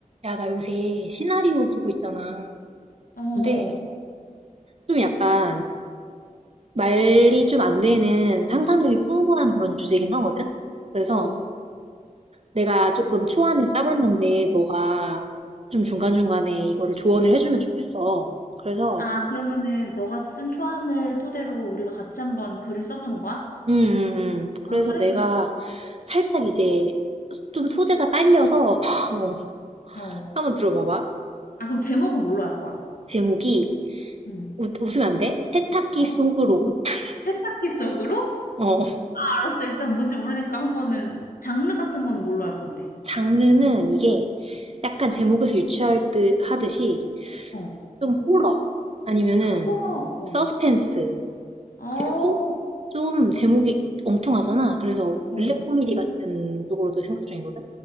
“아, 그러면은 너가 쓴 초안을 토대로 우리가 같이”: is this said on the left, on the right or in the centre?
Left